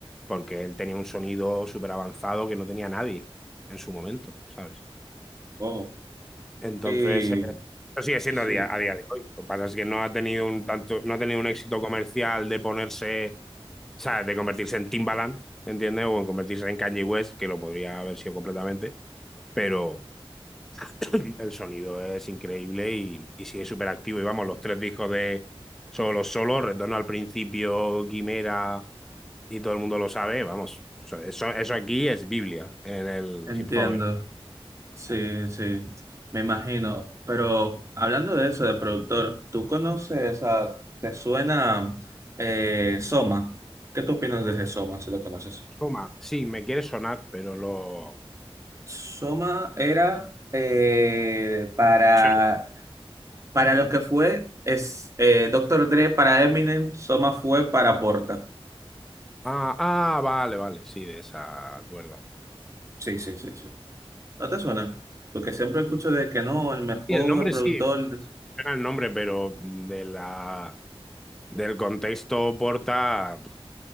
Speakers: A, in the centre; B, on the right (about 30°).
A: porque él tenía un sonido súper avanzado que no tenía nadie en su momento, ¿sabes?
B: Oh,
A: Entonces,
B: y
A: eh, eso sigue siendo
B: sí,
A: a día, a día de hoy. Lo que pasa es que no ha tenido un tanto, no ha tenido un éxito comercial de ponerse o sea, de convertirse en Timbaland, ¿entiendes? O en convertirse en Kanye West, que lo podría haber sido completamente, pero <clears throat> el sonido es increíble y, y sigue súper activo. Y vamos, los tres discos de Solo Solo, Retorno al Principio, Quimera, y todo el mundo lo sabe, vamos, so, eso, eso aquí es Biblia en el
B: entiendo.
A: hip hop.
B: Sí, sí, me imagino. Pero hablando de eso, de productor, ¿tú conoces a, te suena eh, Soma? ¿Qué tú opinas de ese Soma, si lo conoces?
A: Soma, sí, me quiere sonar, pero lo...
B: Soma era eh, para,
A: Soy-
B: para lo que fue es, eh, Dr. Dre para Eminem, Soma fue para Porta.
A: Ah, ah, vale, vale, sí, de esa cuerda.
B: Sí, sí, sí, sí. ¿No te suena? Porque siempre escucho de que no, el mejor
A: Sí, el nombre
B: productor.
A: sí, era el nombre, pero de la, del contexto Porta, pf,